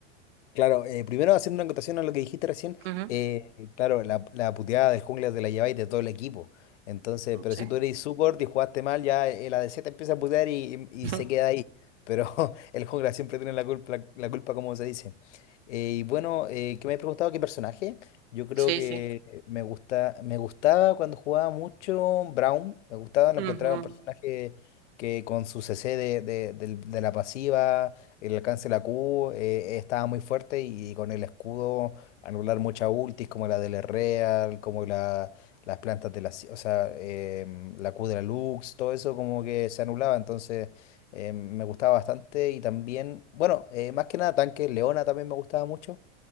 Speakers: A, on the left; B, on the right.
A: Claro, eh, primero haciendo una acotación a lo que dijiste recién,
B: Ujú.
A: eh, claro, la, la puteada del jungla te la lleváis de todo el equipo. Entonces, pero
B: Sí.
A: si tú eres support y jugaste mal, ya el ADC te empieza a putear y, y
B: <laughs>
A: se queda ahí. Pero <laughs> el jungla siempre tiene la culpa, la, culpa, como se dice. Eh, y bueno, eh, ¿qué me has preguntado? ¿Qué personaje? Yo creo
B: Sí,
A: que
B: sí.
A: me gusta, me gustaba cuando jugaba mucho Brown, me gustaba, lo
B: Ujú,
A: encontraba un personaje que con su CC de, de del- de la pasiva el alcance de la Q eh, estaba muy fuerte y con el escudo anular muchas ultis como la del Real, como la, las plantas de la, Si- o sea, em, la Q de la Lux, todo eso como que se anulaba, entonces em, me gustaba bastante y también, bueno, eh, más que nada tanque, Leona también me gustaba mucho